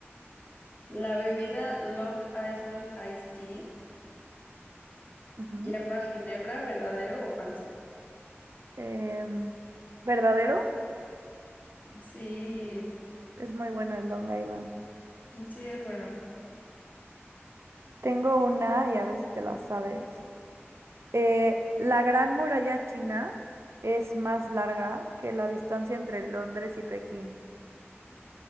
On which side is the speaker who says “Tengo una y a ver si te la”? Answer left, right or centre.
Right